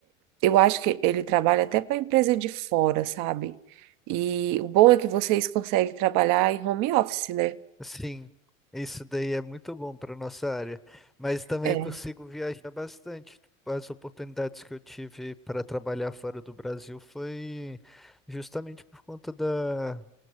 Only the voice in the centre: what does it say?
Sim, isso daí é muito bom para nossa área, mas também
eu consigo viajar bastante. Tipo, As oportunidades que eu tive para trabalhar fora do Brasil foi justamente por conta da,